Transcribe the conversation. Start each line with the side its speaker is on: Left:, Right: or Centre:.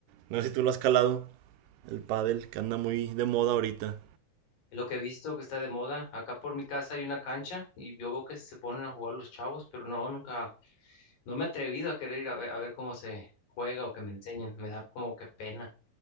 Right: no sé si tú lo has calado, el pádel que anda muy de moda ahorita.
Left: Lo que he visto que está de moda, acá por mi casa hay una cancha y yo veo que se ponen a jugar los chavos, pero no, nunca, no me he atrevido a querer ir a ver, a ver cómo se juega o que me enseñen, me da como que pena.